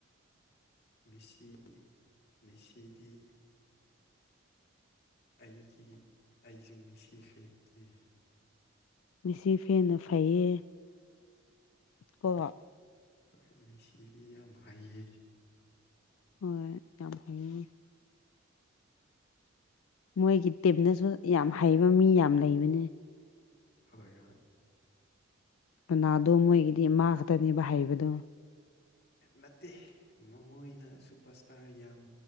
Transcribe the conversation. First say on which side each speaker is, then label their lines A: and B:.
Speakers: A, on the left; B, on the left.
A: ꯃꯦꯁꯤ ꯃꯦꯁꯤꯗꯤ ꯑꯩꯒꯤ ꯑꯩꯁꯨ ꯃꯤꯁꯤ ꯐꯦꯟꯅꯦ
B: ꯃꯤꯁꯤ ꯐꯦꯟꯅ ꯐꯩꯌꯦ ꯀꯣꯕ
A: ꯍꯣꯏ ꯃꯤꯁꯤꯗꯤ ꯌꯥꯝ ꯍꯩꯌꯦ
B: ꯍꯣꯏ ꯌꯥꯝ ꯍꯩꯅꯤ ꯃꯣꯏꯒꯤ ꯇꯤꯝꯅꯁꯨ ꯌꯥꯝ ꯍꯩꯕ ꯃꯤ ꯌꯥꯝ ꯂꯩꯕꯅꯦ
A: ꯍꯣꯏ ꯍꯣꯏ
B: ꯔꯣꯅꯥꯗꯣ ꯃꯣꯏꯒꯤꯗꯤ ꯃꯥꯥ ꯈꯛꯇꯅꯦꯕ ꯍꯩꯕꯗꯣ
A: ꯅꯠꯇꯦ ꯃꯉꯣꯏꯅ ꯁꯨꯄꯔ ꯏꯁ ꯇꯥꯔ ꯌꯥꯝ